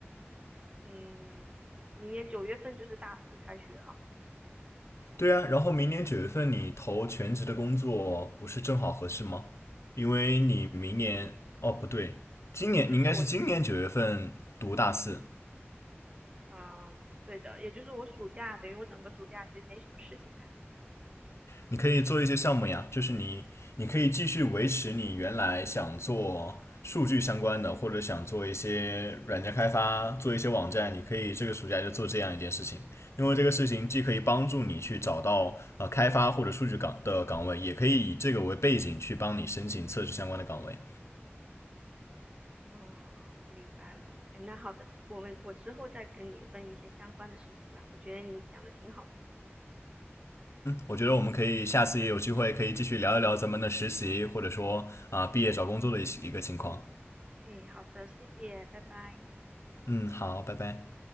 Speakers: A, on the right; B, on the left.
A: 嗯，明年九月份就是大四开学了，
B: 对啊，然后明年九月份你投全职的工作不是正好合适吗？因为你明年哦不对，今年你应该是今年九月份读大四，
A: 就是我啊、呃对的，也就是我暑假等于我整个暑假其实没什么事情干。
B: 你可以做一些项目呀，就是你你可以继续维持你原来想做数据相关的，或者想做一些软件开发，做一些网站，你可以这个暑假就做这样一件事情，因为这个事情既可以帮助你去找到呃开发或者数据岗的岗位，也可以以这个为背景去帮你申请测试相关的岗位。
A: 哦，明白了。哎，那好的，我们我之后再跟你问一些相关的事情吧。我觉得你讲的挺好的。
B: 我觉得我们可以下次也有机会可以继续聊一聊咱们的实习，或者说啊、呃毕业找工作的一一个情况。
A: 诶，好的，谢谢，拜拜。
B: 嗯，好，拜拜。